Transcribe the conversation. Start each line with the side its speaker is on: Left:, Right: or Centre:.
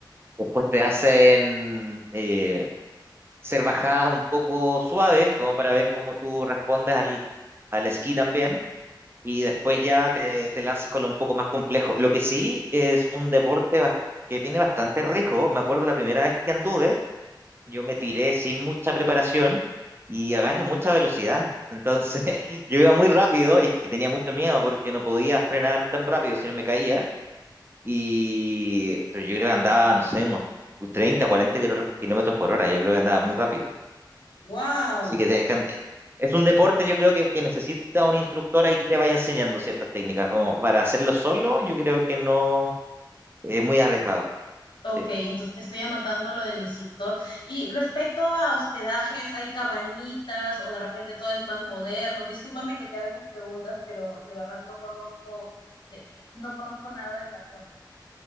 Right: Después te hacen eh, ser bajadas un poco suaves, como para ver cómo tú respondes al, al esquí también, y después ya te, te lanzas con lo un poco más complejo. Lo que sí es un deporte bas- que tiene bastante riesgo. Me acuerdo la primera vez que anduve, yo me tiré sin mucha preparación y agarra mucha velocidad. Entonces <laughs> yo iba muy rápido y y tenía mucho miedo porque no podía frenar tan rápido si no me caía. Y, pero yo creo que andaba, no sé, unos 30 40 kilo- kilómetros por hora. Yo creo que andaba muy rápido.
Left: Wow.
Right: Así que tenés que ande- es un deporte, yo creo que, que necesita un instructor ahí que te vaya enseñando ciertas técnicas. Como para hacerlo solo, yo creo que no es muy arriesgado.
Left: Ok,
Right: Sí.
Left: entonces estoy anotando lo del instructor. Y respecto a hospedajes, ¿hay cabañitas o de repente todo es más moderno? Discúlpame que te haga estas preguntas, pero de verdad no conozco, eh, no conozco nada de la zona.